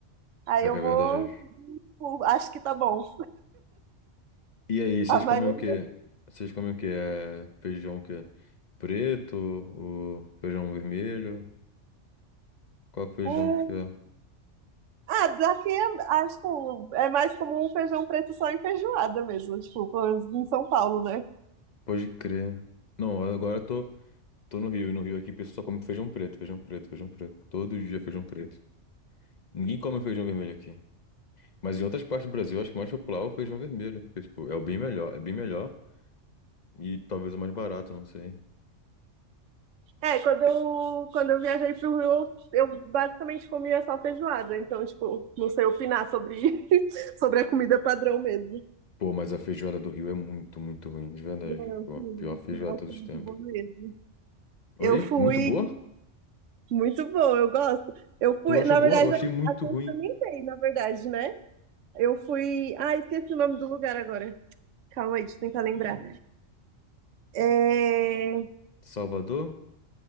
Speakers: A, on the right; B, on the left.
A: aí
B: Pior
A: eu
B: que é
A: vou.
B: verdade.
A: tipo, Acho que tá bom.
B: E aí, vocês
A: A maioria.
B: comem o quê? Vocês comem o quê? É feijão o quê? Preto, o feijão vermelho? Qual que é o feijão
A: hum,
B: que é?
A: Ah, daqui é, ah, tipo, é mais comum o feijão preto só em feijoada mesmo, tipo, pelo menos em São Paulo, né?
B: Pode crer. Não, agora eu tô, tô no Rio, e no Rio aqui o pessoal só come feijão preto, feijão preto, feijão preto. Todo dia feijão preto. Ninguém come feijão vermelho aqui. Mas em outras partes do Brasil, acho que o mais popular é o feijão vermelho. Porque, tipo, é o bem melhor, é bem melhor e talvez o mais barato, não sei.
A: É, quando eu, quando eu viajei pro Rio, eu basicamente comia só feijoada, então, tipo, não sei opinar sobre, <laughs> sobre a comida padrão mesmo.
B: Pô, mas a feijoada do Rio é muito, muito ruim, de verdade.
A: Não,
B: Pô,
A: sim,
B: a pior feijoada
A: nossa,
B: de todos
A: muito
B: os tempos.
A: bom mesmo.
B: Oi?
A: Eu fui
B: Muito boa?
A: muito bom, eu gosto. Eu fui,
B: Tu achou
A: na
B: boa?
A: verdade,
B: Eu achei
A: a
B: muito
A: a gente
B: ruim.
A: também experimentei, na verdade, né? Eu fui. Ah, esqueci o nome do lugar agora. Calma aí, deixa eu tentar lembrar. É...
B: Salvador?